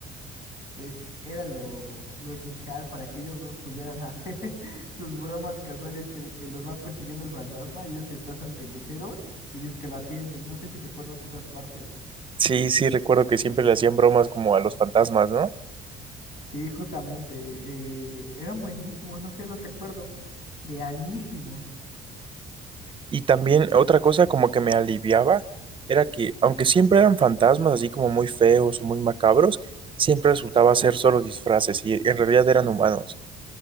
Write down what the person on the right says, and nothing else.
Sí, sí, recuerdo que siempre le hacían bromas como a los fantasmas, ¿no?
Y también otra cosa como que me aliviaba era que, aunque siempre eran fantasmas así como muy feos o muy macabros, siempre resultaba ser solo disfraces y en realidad eran humanos.